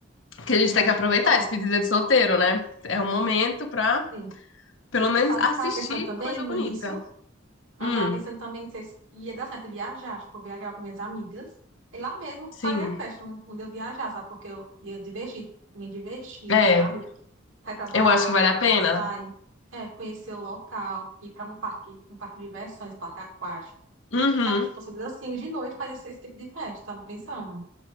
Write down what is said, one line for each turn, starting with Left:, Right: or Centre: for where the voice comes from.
Left: Que a gente
Right: eu
Left: tem
Right: acho
Left: que aproveitar
Right: que é top.
Left: a despedida de solteiro, né? É um momento pra,
Right: Sim.
Left: pelo menos,
Right: Sabe
Left: assistir
Right: o que eu tava pensando também
Left: coisa
Right: nisso?
Left: bonita.
Right: Eu
Left: Hum,
Right: tava pensando também, não sei se ia dar certo viajar. Acho que eu vou viajar com minhas amigas. E lá mesmo
Left: sim.
Right: fazer a festa, um, onde eu viajar, sabe? Porque eu ia divertir, me divertir,
Left: É,
Right: sabe? vai pra balada,
Left: eu acho que vale a pena.
Right: sair, é, conhecer o local, ir pra um parque, um parque de diversões, parque aquático.
Left: Uhum.
Right: Sabe, tipo, você assim, de noite fazer esse, esse tipo de festa, tava pensando.